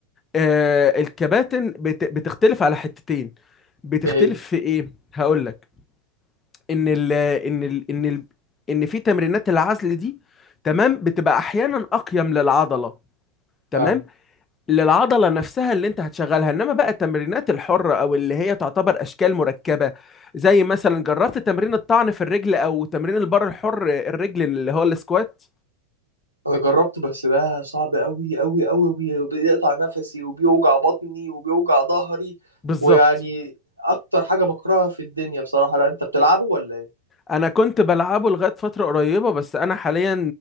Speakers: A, on the left; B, on the right.
A: آه الكباتن بت بتختلف على حتتين بتختلف
B: ايه هي
A: في ايه هقول لك ان ال ان ال ان ال ان في تمرينات العزل دي تمام بتبقى احيانا اقيم للعضله تمام
B: فعلا
A: للعضله نفسها اللي انت هتشغلها انما بقى التمرينات الحره او اللي هي تعتبر اشكال مركبه زي مثلا جربت تمرين الطعن في الرجل او تمرين البار الحر الرجل اللي هو السكوات
B: انا جربته بس ده صعب قوي قوي قوي وبيقطع نفسي وبيوجع بطني وبيوجع ظهري
A: بالظبط
B: ويعني اكتر حاجه بكرهها في الدنيا بصراحه لا انت بتلعبه ولا ايه
A: انا كنت بلعبه لغايه فتره قريبه بس انا حاليا